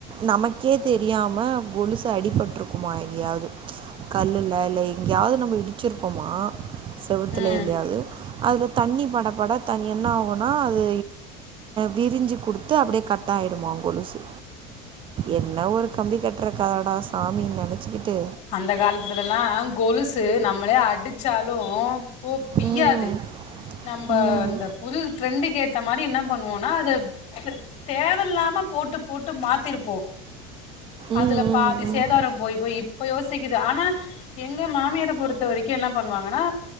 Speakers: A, on the right (about 35°); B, on the left (about 45°).
A: நமக்கே தெரியாம கொலுசு அடிபட்ருக்குமா எங்கேயாவ்து கல்லுல்ல இல்ல எங்கயாவ்து நம்ம இடிச்சிருப்போமா செவுத்துல
B: ம்
A: எல்யாவ்து அதில தண்ணி படப்பட தண் என்ன ஆகுனா அது விரிஞ்சு குடுத்து அப்டியே கட் ஆய்டுமா கொலுசு என்ன ஒரு கம்பி கட் ற கதடா சாமி நெனச்சிக்கிட்டு
B: அந்த காலத்துலல்லா கொலுசு நம்மளே அடிச்சாலு போ பிய்யாது
A: ம்
B: நம்போ
A: ம்
B: இந்த புது ட்ரெண்டுக்கு ஏத்த மாரி என்ன பண்ணுவோனா அத தேவல்லாம போட்டு போட்டு மாத்திருப்போ அதுல
A: ம் ம்
B: பாதி
A: ம்
B: சேதாரம் போய் போய் இப்ப யோசிக்குது ஆனா எங்க மாமியார பொறுத்த வரைக்கு என்ன பண்ணுவாங்கன்னா